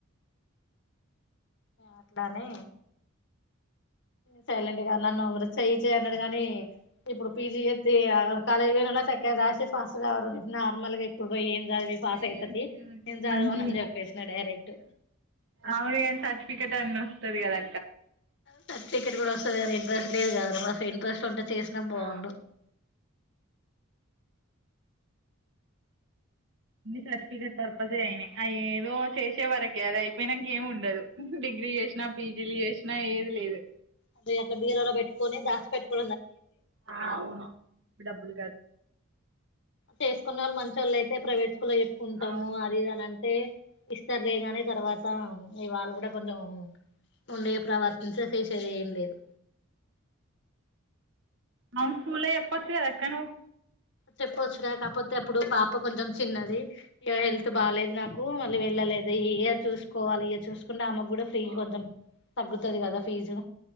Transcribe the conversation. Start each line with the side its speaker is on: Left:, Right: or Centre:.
Left: అట్లానే సైలెంట్ గా నన్ను చెయి చే అన్నాడు గాని ఇప్పుడు పిజీ చేస్తే ఇగ కాలేజ్ పోయినోలే శాఖగా రాసి <unintelligible> <unintelligible> నార్మల్ గా ఇప్పుడు పోయి ఏం చదివి ఫాస్
Right: చేయొచ్చు
Left: అవుతది
Right: కదా
Left: నేను చదవను
Right: మంచి
Left: అని చెప్పేసిన డైరెక్ట్
Right: అవును గని సర్టిఫికేట్ అన్న వస్తది కదా
Left: సర్టిఫికెట్ కూడా వస్తుంది కదా ఇంట్రెస్ట్ లేదు కదా ఇంట్రెస్ట్ ఉంటే చేసినా బాగుండు
Right: ఆ సర్టిఫికెట్ పర్పస అయినా ఏదో చేసే వరకే ఆది అయిపోయినాకా ఏం ఉండదు డిగ్రీ చేసినా పీజీలు చేసినా ఏది లేదు
Left: అదే అలా బీరువాలో పెట్టుకని దాస్ పెట్టుకో
Right: ఆ అవును <unintelligible>
Left: చేసుకున్న వాళ్ళు మంచి వాళ్ళు అయితే ప్రైవేట్ స్కూల్లో చెప్పుకుంటాము
Right: అవును
Left: అది ఇది అంటే ఇస్తారులే గాని తర్వాత ఇగా వాళ్ళు కూడా కొంచెం ఉండే ప్రవర్తించే చేసేది ఏం లేదు
Right: అవును స్కూల్ లో చెప్పచ్చు కదా అక్క నువ్వు
Left: చెప్పొచ్చురా కాకపోతే అప్పుడు పాప కొంచెం చిన్నది ఇగా హెల్త్ బాలేదు నాకు మళ్ళీ వెళ్ళలేదు ఈ ఇయర్ చూసుకోవాలి ఇయర్ చూసుకుంటే అమ్మ కూడా ఫ్రీ
Right: ఆ
Left: కొంచెం తగ్గుతది కదా ఫీజు